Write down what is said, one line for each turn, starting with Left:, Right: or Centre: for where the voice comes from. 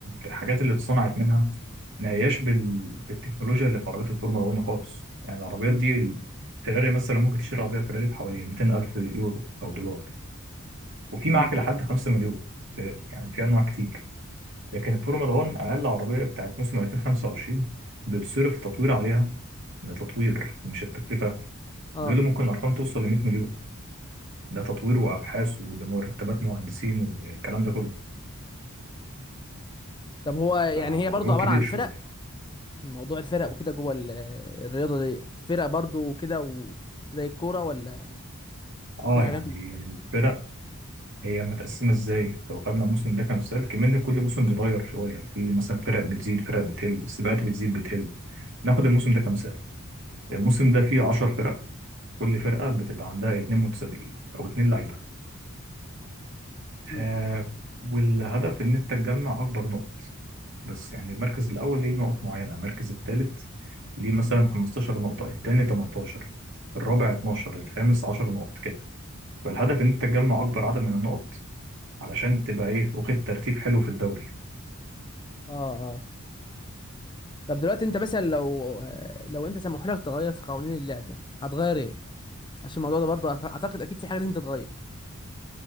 Right: الحاجات اللي اتصنعت منها ما هياش بال... بالتكنولوجيا اللي في عربيات الفورمولا 1 خالص يعني العربيات
Left: امم
Right: دي ال- فيراري مثلا ممكن تشتري عربيه فيراري بحوالي 200 الف يورو او دولار وفي
Left: امم
Right: معاك لحد 5 مليون في... يعني في انواع كتير لكن الفورمولا 1 اقل عربيه بتاعت موسم 2025 بتصرف تطوير عليها ده تطوير مش التكلفه
Left: اه
Right: بيقولوا ممكن ارقام توصل ل 100 مليون ده تطوير وابحاث وده مرتبات مهندسين والكلام ده كله
Left: طب هو يعني
Right: فالموضوع
Left: هي برضه عباره
Right: كبير
Left: عن
Right: شويه
Left: فرق موضوع الفرق وكده جوه ال- الرياضه ديت فرق برضه كده وزي الكوره ولا
Right: اه
Left: في حاجات
Right: يعني
Left: مت...
Right: الفرق هي متقسمه ازاي لو خدنا الموسم ده كمثال كمان كل موسم بيتغير شويه في مثلا فرق بتزيد فرق بتقل السباقات بتزيد بتقل ناخد الموسم ده كمثال الموسم ده فيه 10 فرق كل فرقه بتبقى عندها 2 متسابقين او 2 لعيبه
Left: مم.
Right: آه والهدف ان انت تجمع اكبر نقط بس يعني المركز الأول ليه نقط معينة المركز الثالث ليه مثلا 15 نقطة الثاني 18 الرابع 12 الخامس 10 نقط كده فالهدف إن أنت تجمع أكبر عدد من النقط علشان تبقى إيه واخد ترتيب حلو في الدوري
Left: اه اه طب دلوقتي انت مثلا لو لو انت سمحوا لك تغير في قوانين اللعبه هتغير ايه عشان الموضوع ده برضه أعت- اعتقد اكيد في حاجه لازم تتغير